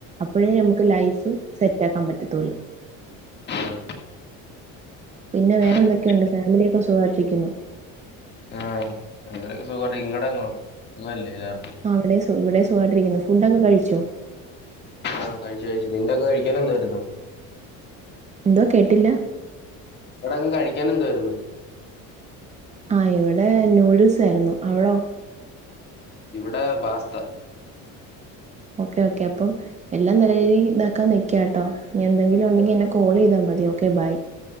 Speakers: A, on the right (about 20°); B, on the left (about 30°).
A: അപ്പഴേ നമുക്ക് ലൈഫ് സെറ്റ് ആക്കാൻ പറ്റത്തൊള്ളൂ
B: ആഹ്
A: പിന്നെ വേറെ
B: ഏഹ്
A: എന്തൊക്കെയുണ്ട് ഫാമിലിയൊക്കെ സുഖായിട്ടിരിക്കുന്നോ?
B: ആഹ് ഫാമിലിയൊക്കെ സുഗായിട്ടിരിക്കുന്നു ഇങ്ങടെ അവടെ സുഖല്ലേ എല്ലാർ-
A: ആ അവടേം സു ഇവിടേം സുഖായിട്ടിരിക്കുന്നു ഫുഡൊക്കെ കഴിച്ചോ?
B: ആഹ് കഴിച്ചു കഴിച്ചു നിങ്ങകൊക്കെ കഴിക്കാൻ എന്തായിരുന്നു
A: എന്തോ കേട്ടില്ല
B: എടാ അങ്ങ് കഴിക്കാൻ എന്തുവാരുന്നു.
A: ആഹ് ഇവിടെ നൂഡിൽസായിരുന്നു അവടോ
B: ഇവിടെ പാസ്ത
A: ഓക്കെ ഓക്കെ അപ്പം എല്ലാം നല്ല രീതിയിൽ ഇതാക്കാൻ ന്നിക്കാട്ടോ ഇനി എന്തെങ്കിലും ഉണ്ടെങ്കിൽ
B: ആഹ്
A: എന്നെ കോൾ ചെയ്താൽ മതി ഓക്കെ ബൈ